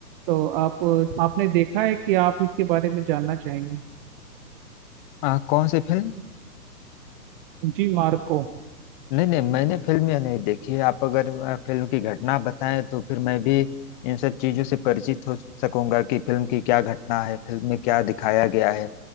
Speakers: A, on the right; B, on the left.
A: तो आप आपने देखा है कि आप इसके बारे में जानना चाहेंगे
B: अ, कौन सी फिल्म
A: जी मार्को
B: नहीं नहीं मैंने फिल्म यह नहीं देखी है आप अगर अ, फिल्म की घटना बताएं तो फिर मैं भी इन सब चीजों से परिचित हो सकूंगा कि फिल्म की क्या घटना है फिल्म में क्या दिखाया गया है